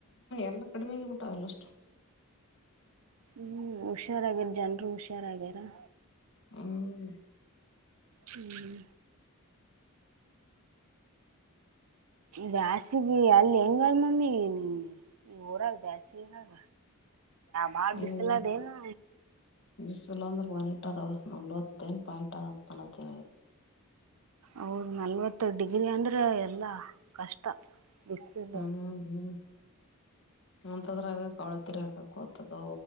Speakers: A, on the left; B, on the right.
A: ಎಲ್ಲ ಕಡಿಮೆಗೆ ಬಿಟ್ಟಾವ ಎಲ್ಲ ಅಷ್ಟು
B: ಹ್ಮ್ ಹುಷಾರಾಗಿರು ಜನ್ರು ಹುಷಾರಾಗ್ಯಾರ
A: ಹ್ಮ
B: ಹ್ಮ್ ಬ್ಯಾಸಿಗೆ ಗೆ ಅಲ್ಲಿ ಹೆಂಗಾ ನಮಿಗೆ ನೀ ಈ ಊರಗ ಬೇಸ್ಗೆಗಾಗ ಬಾಳ್
A: ಇವು
B: ಬಿಸಲದ ಏನು
A: ಬಿಸಿಲು ಅಂದ್ರೆ ಒಂದೆಂದವ ನವತ್ತನ್ ಪಾಯಿಂಟ್ದ ಹ ಆತಿ
B: ಹೌದ ನಲ್ವತ್ತು ಡಿಗ್ರಿ ಅಂದ್ರೆ ಎಲ್ಲಾ ಕಷ್ಟ ಬಿಸಿಲು
A: ಹ್ಮ ಹ್ಮ್ ಅಂತದ್ರಾಗ ಕಳೆ ತಿರಿ ಹಾಕಕ್ ಹೋತಾಡೋ